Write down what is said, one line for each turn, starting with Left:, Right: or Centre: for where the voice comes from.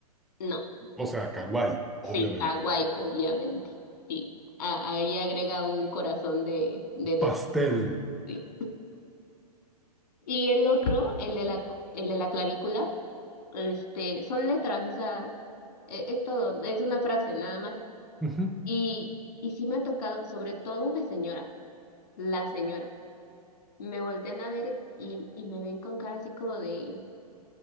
Left: no.
Centre: O sea, kawaii,
Left: Sí,
Centre: obviamente.
Left: kawaii, obviamente. Sí, A- había agregado un corazón de, de dedo.
Centre: Pastel.
Left: sí. Y el otro, el de la, el de la clavícula, este, son letras, o sea, e- es, todo, es una frase nada más.
Centre: Ujú.
Left: Y, y sí me ha tocado, sobre todo de señora, la señora, me voltean a ver y, y me ven con cara así como de,